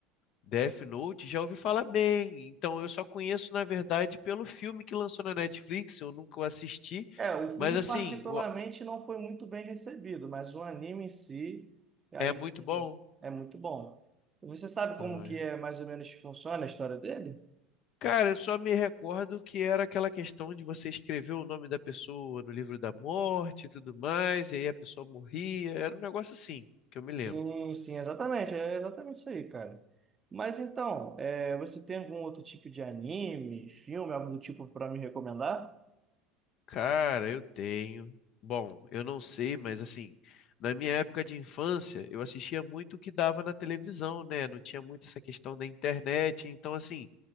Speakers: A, on the left; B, on the right.
A: Death Note já ouvi falar bem, então eu só conheço, na verdade, pelo filme que lançou na Netflix, eu nunca o assisti,
B: É, o
A: mas
B: filme
A: assim,
B: particularmente
A: o-
B: não foi muito bem recebido, mas o anime em si, aí
A: é muito
B: sim,
A: bom.
B: é muito bom. Você sabe como
A: Ai.
B: que é mais ou menos que funciona a história dele?
A: Cara, eu só me recordo que era aquela questão de você escrever o nome da pessoa no livro da morte e tudo mais, e aí a pessoa morria, era um negócio assim, que eu me
B: Sim,
A: lembro.
B: sim, exatamente, é exatamente isso aí, cara. Mas então, é, você tem algum outro tipo de anime, filme, algum tipo para me recomendar?
A: Cara, eu tenho. Bom, eu não sei, mas assim, na minha época de infância, eu assistia muito o que dava na televisão, né? Não tinha muito essa questão da internet. Então, assim,